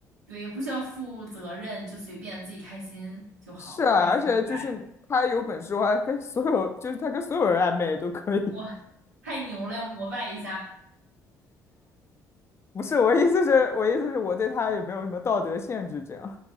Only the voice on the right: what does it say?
对，也不需要负责任，就随便自己开心就好，
不开心拜拜。
哇，太牛了，要膜拜一下。